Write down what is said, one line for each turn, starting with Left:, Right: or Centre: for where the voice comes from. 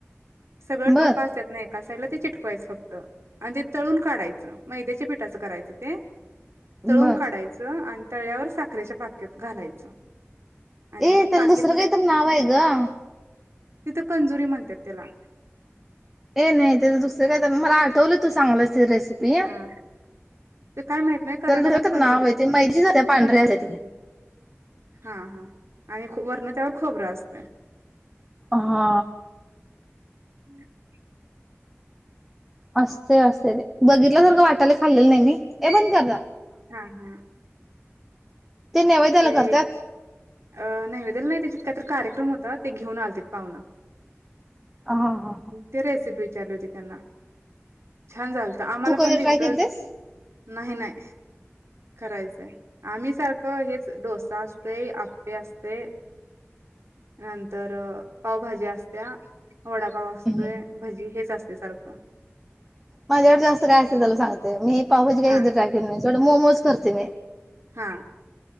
Right: सगळं
Centre: बर
Right: टोकां असतात, ना एका साईडला ते चिटकवायचं फक्त आणि ते तळून काढायचं, मैद्याच्या पिठाचं करायचंच. ते तळून
Centre: बर
Right: काढायचं, आणि तळल्यावर साखरेच्या पाकेत घालायचं. आणि
Centre: ए त्याला
Right: पाकीत
Centre: दुसरं काही, तर नाव आहे गं.
Right: तिथं कंजुरी म्हणतात. त्याला
Centre: हे नाही, ते दुसरं काय? तर मला आठवलं तू सांगल्यास रेसिपी
Right: हा ते काय माहित नाही कर्नाटकात
Centre: तर दुसर
Right: कंजुरी
Centre: नाव आहे. ते <unintelligible> पांढऱ्या
Right: कंजुरी
Centre: हेजातली.
Right: म्हणतात हा हा आणि खूप वरण त्यावर खोबरं असतयं.
Centre: हा
Right: <inaudible>
Centre: असते असते ते बघितल्या सारखं वाट त्याला खाल्लेल नाही, मी ये बंद कर जा.
Right: हा हा
Centre: नैवेद्याला
Right: ते
Centre: करतात.
Right: अ नैवेद्याला नाही काय? तर कार्यक्रम होता, ते घेऊन आलतीत पाहुणं.
Centre: हा हा.
Right: ते रेसिपी चालूदे त्यांना छान झालंता, आम्हाला
Centre: तू कधी
Right: पण दिलत़़तं.
Centre: ट्राय केलतीस?
Right: नाही नाही करायचंय आम्ही सारखं हेच डोसा असतोय आप्पे असतयं नंतर पावभाज्या असत्या वडापाव
Centre: हम्म.
Right: असतात, भजी हेच असतयं. ते सारखं
Centre: माझ्याकडे जास्त काय असते त्याला सांगते मी पावभजी कधी
Right: हा
Centre: ट्राय केल नाही मोमोज करते मी
Right: हा